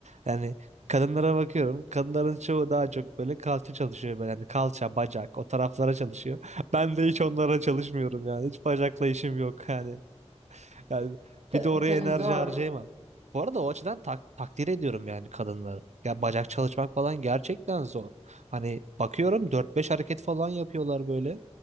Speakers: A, on the right; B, on the right.
A: Yani kadınlara bakıyorum. Kadınların çoğu daha çok böyle kalça çalışıyor böyle. Yani kalça, bacak o taraflara çalışıyor. <laughs> Ben de hiç onlara çalışmıyorum yani. Hiç bacakla işim yok yani. Yani
B: Ta-
A: bir de oraya
B: tabii
A: enerji
B: zor.
A: harcayamam. Bu arada o açıdan tak takdir ediyorum yani kadınları. Ya bacak çalışmak falan gerçekten zor. Hani bakıyorum dört beş hareket falan yapıyorlar böyle.